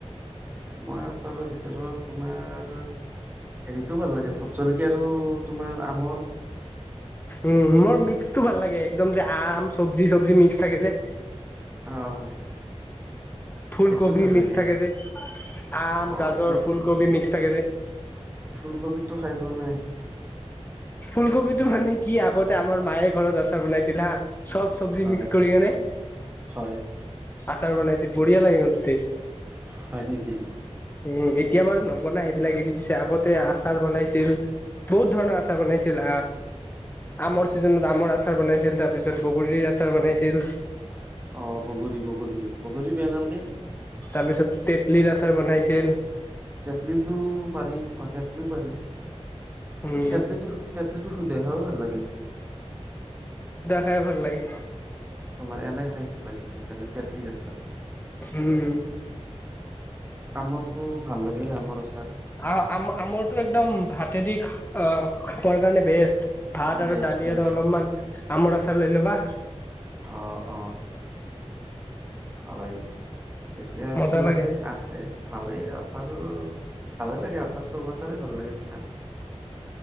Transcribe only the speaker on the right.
মই আছাৰৰ ভিতৰত তোমাৰ হেৰিটো ভাল লাগে ভুট জলকীয়া আৰু তোমাৰ আমৰ।
অ' হয়, হয়।
সেইটোও ভাল
লাগে
অ
ফুল
ফুলকবিটো খাই পোৱা নাই
হয়
হয়
হয় নেকি?
অ' বগৰী, বগৰী, বগৰী বেয়া নালগে।
তেতলিতটো পাৰি অ' তেত তেতলিও পাৰি।
তেতলিটো, তেতলিটো সুধাই খাইও ভাল লাগে।
তোমাৰ এনে খাই ভাল লাগে। মই তেতলিৰ আছাৰ।
আমৰতো ভাল লাগে আমৰ আছাৰ।
বেচ
বেচ
অ', অ'। হয়। এতিয়া আৰু
তোমাৰ
এই আছে ভালে আছে। <unintelligible> ভালে লাগে আচাৰ চব। খাই ভাল লাগে তেঙা।